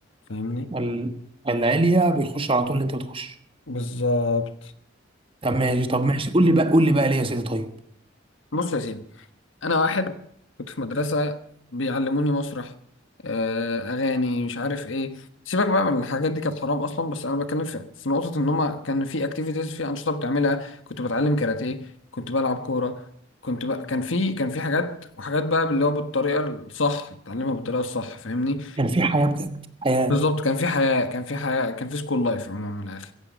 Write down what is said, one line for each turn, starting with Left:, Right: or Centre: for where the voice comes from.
Left: فاهمني
Right: وال- والعليا بيخش على طول اللي انت بتخش
Left: بالظبط
Right: طب ماشي طب ماشي قول لي بقى قول لي بقى ليه يا سيدي طيب
Left: بص يا سيدي انا واحد كنت في مدرسه بيعلموني مسرح آه، اغاني مش عارف ايه سيبك بقى من الحاجات دي كانت حرام اصلا بس انا بتكلم في في نقطه ان هما كان في اكتيفيتيز في انشطه بتعملها كنت بتعلم كاراتيه كنت بلعب كوره كنت بقى كان في كان في حاجات وحاجات بقى اللي هو بالطريقه الصح اتعلمها بالطريقه الصح فاهمني
Right: كان في حياه بجد حياه
Left: بالظبط كان في حياه كان في حياه كان في سكول لايف عموما من الاخر